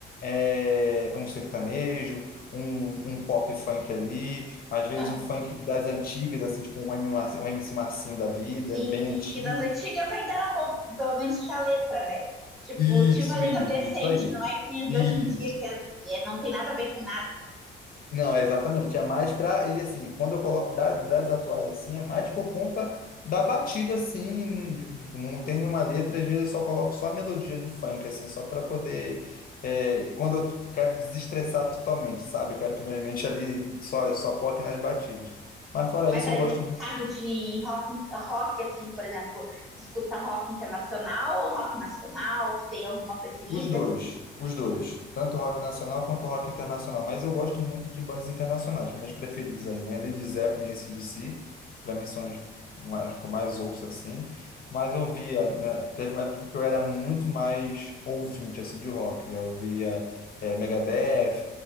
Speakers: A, on the left (about 45°); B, in the centre.
A: É um sertanejo, um, um pop funk ali, às vezes
B: Aham.
A: um funk das antigas, assim, tipo um, M Mar- um MC Marcinho da vida,
B: Sim,
A: bem antigo.
B: sim, das antigas ainda era bom, porque pelo menos tinha letra, né? Tipo,
A: Isso,
B: tinha uma letra
A: isso,
B: decente,
A: isso aí.
B: não é que nem a de
A: Isso.
B: hoje em dia, que, é- que é- não tem nada a ver com nada.
A: Não, é exatamente. É mais para. E assim, quando eu coloco da- das atuais assim, é mais por conta da batida, assim. de- de- Não tem nenhuma letra, às vezes eu só coloco só a melodia do funk, assim, só para poder. é, quando eu quero desestressar totalmente, sabe? Eu quero que minha mente ali só, só foque nas batidas. Mas fora
B: Mas
A: isso,
B: aí
A: eu gosto.
B: no caso de rock, rock assim, por exemplo, tu escuta rock internacional ou rock nacional? Tu tem alguma preferida?
A: Os dois, os dois, tanto rock nacional quanto rock internacional, mas eu gosto muito de bandas internacionais, minhas preferidas aí, né? Led Zeppelin e AC/DC, para mim são os mais, que eu mais ouço assim, mas eu via, né? Teve uma época que eu era muito mais ouvinte assim de rock, eu via eh, Megadeth,